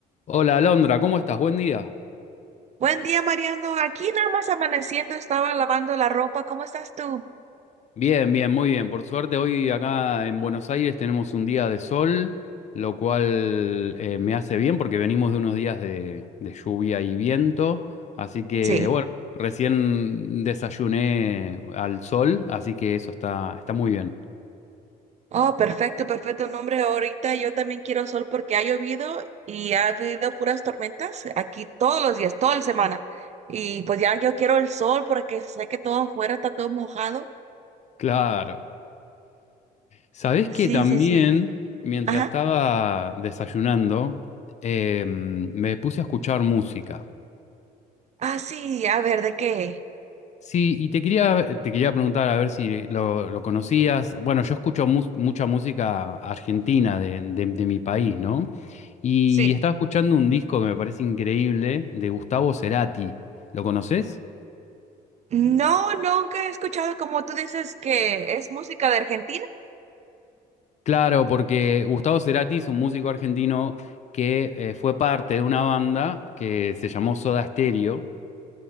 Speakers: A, on the left (about 45°); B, on the right (about 40°).
A: Hola Alondra, ¿cómo estás? Buen día.
B: Buen día, Mariano. Aquí nada más amaneciendo, estaba lavando la ropa. ¿Cómo estás tú?
A: Bien, bien, muy bien. Por suerte hoy acá en Buenos Aires tenemos un día de sol, lo cual eh, me hace bien porque venimos de unos días de, de lluvia y viento. Así que
B: Sí.
A: bueno, recién desayuné al sol, así que eso está, está muy bien.
B: Oh, perfecto, perfecto. No, hombre, ahorita yo también quiero sol porque ha llovido y ha habido puras tormentas aquí todos los días, toda la semana. Y pues ya yo quiero el sol porque sé que todo afuera está todo mojado.
A: Claro. ¿Sabés que
B: Sí,
A: también,
B: sí, sí.
A: mientras
B: Ajá.
A: estaba desayunando, eh, me puse a escuchar música?
B: Ah, sí, a ver, ¿de qué?
A: Sí, y te quería, te quería preguntar a ver si lo, lo conocías. Bueno, yo escucho mu- mucha música argentina de, de- de mi país, ¿no? Y
B: Sí.
A: estaba escuchando un disco que me parece increíble de Gustavo Cerati. ¿Lo conoces?
B: No, nunca he escuchado como tú dices que es música de Argentina.
A: Claro, porque Gustavo Cerati es un músico argentino que eh, fue parte de una banda que se llamó Soda Stereo